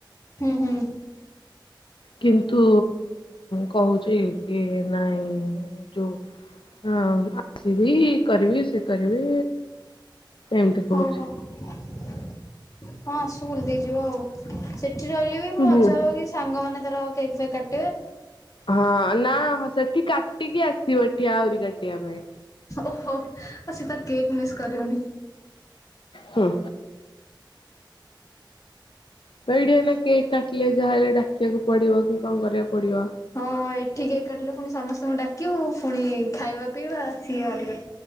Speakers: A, on the left; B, on the left.
A: ହୁଁ, ହୁଁ।
B: କିନ୍ତୁ କହୁଛି କି ନାଇଁ ଯୋଉ ହଁ ଆସିବି କରିବି ସେ କରିବି ଏମିତି କହୁଛି।
A: ଓହୋ। ହଁ ଆସୁ ବୁଲି ଦେଇ କି ଯିବ ଆଉ ସେଠି ରହିଲେ ବି ମୁଁ
B: ବୁ
A: ମଜା ହବ କି ସାଙ୍ଗମାନେ ତାର କେକ୍ ଫେକ୍ କା
B: ହଁ ନା ହଁ ସେଠି କାଟିକି ଆସିବ ଏଠି ଆହୁରି କାଟିବା ପାଇଁ
A: ଓହୋ ଅ ସେ ତା କେକ୍ ମିସ୍ କରିବନି।
B: ହୁଁ। ତ ଏଇଠି ଏଇନା କେକ୍ କାଟିଲେ ଯାହାହଲେ ଡାକିବାକୁ ପଡିବ କି କଣ କରିବାକୁ ପଡିବ
A: ହଁ ଏଠି କେକ୍ କାଟିଲେ ପୁଣି ସମସ୍ତଙ୍କୁ ଡାକିବୁ ପୁଣି ଖାଇବା ପିଇବା ସିଏ ଅଲଗା